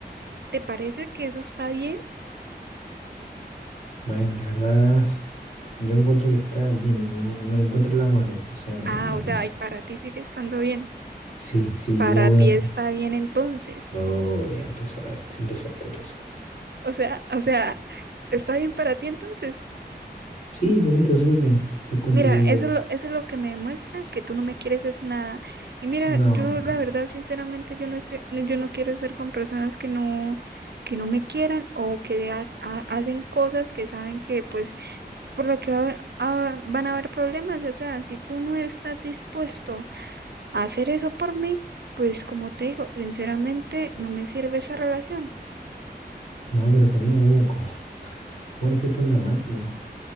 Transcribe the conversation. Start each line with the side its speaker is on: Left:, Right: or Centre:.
Right: ¿te parece que eso está bien?
Left: Bueno, la verdad, yo encuentro que está bien, y no, no le encuentro nada malo. O sea, no,
Right: Ah,
Left: no-
Right: o sea, y para ti sigue estando bien.
Left: Sí, sí,
Right: Para
Left: yo voy
Right: ti
Left: a...
Right: está bien entonces.
Left: Oh, ya empezaste, empezaste, empezaste.
Right: O sea, o sea, está bien para ti entonces.
Left: Sí, para mí está súper bien. Yo encuentro
Right: Mira,
Left: que...
Right: eso es lo, eso es lo que me demuestra que tú no me quieres es nada. Y mira,
Left: No,
Right: yo
Left: no, no.
Right: la
Left: No,
Right: verdad, sinceramente, yo no estoy, no- yo no quiero estar con personas que no, que no me quieran o que ha- ha- hacen cosas que saben que pues por la que va a haber- ah, van a haber problemas. y, O sea, si tú no estás dispuesto a hacer eso por mí, pues como te digo, sinceramente no me sirve esa relación.
Left: No, pero Karina, ¿cómo, cómo, <laughs> cómo es ser tan dramática?